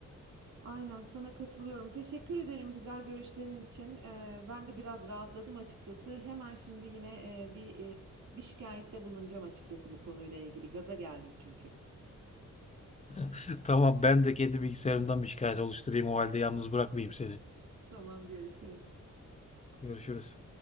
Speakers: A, on the right; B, on the left.
A: Aynen sana katılıyorum. Teşekkür ederim güzel görüşlerin için. Ee, ben de biraz rahatladım açıkçası. Hemen şimdi yine e, bir e, bir şikayette bulunacağım açıkçası bu konuyla ilgili. Gaza geldim çünkü.
B: <laughs> Tamam, ben de kendi bilgisayarımdan bir şikayet oluşturayım o halde yalnız bırakmayayım seni.
A: <laughs> Tamam görüşürüz.
B: Görüşürüz.